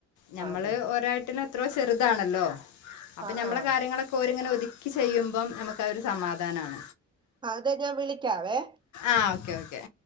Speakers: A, on the left (about 75°); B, on the right (about 15°).
A: ഞമ്മള്
B: അതെ അതെ
A: ഒരാട്ടിലും എത്രോ ചെറ്താണല്ലോ അപ്പ
B: ആ
A: ഞമ്മള
B: ആ
A: കാര്യങ്ങളൊക്കെ ഓരിങ്ങനെ ഒ ക്കി ചെയ്യുമ്പം നമുക്ക് അഒര് സമാധാനാൺ
B: ആഹ് അതെ ഞാ വിളിക്കാവേ
A: ആഹ് ഓക്കെ ഓക്കെ